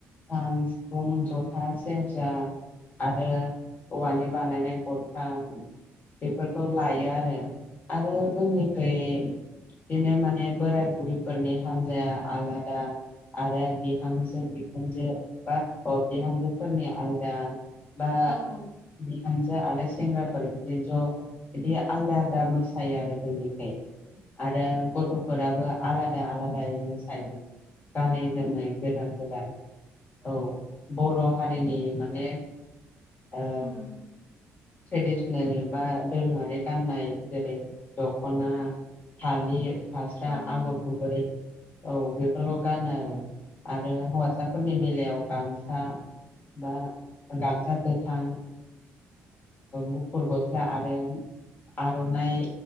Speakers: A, on the left; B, on the left.
A: खाम सिफुं जथा सेरजा आरो आरो औवानि बानायनाय गरखा बेफोरखौ लायो आरो। आरो जोंनिखै बिदिनो माने बोराइ बुरिफोरनि हान्जाया आलादा आरो बिहामजो बिखुनजो बा बिहामजो फोरनि आलदा बा
B: औ औ
A: बिहामजो आरो सेंग्राफोर बिदि ज' बिदि आलादा आलदा मोसायो आरो जोंनिफ्राय आरो गथ'फोराबो आलादा आलादायै मोसायो गानै जोमनाय गोदान गोदान औ बर' हारिनि माने ओ
B: उम
A: ट्रेडिसनेल बा दोरोङारि गाननाय जेरै दख'ना फालिर फास्रा
B: औ
A: आगर गुबै औ बेफोरखौ गानो आरो आरो हौवासाफोरनि बेलायाव गामसा बा गामसा गोथां गुफुर ग स्ला आरो आर'नाइ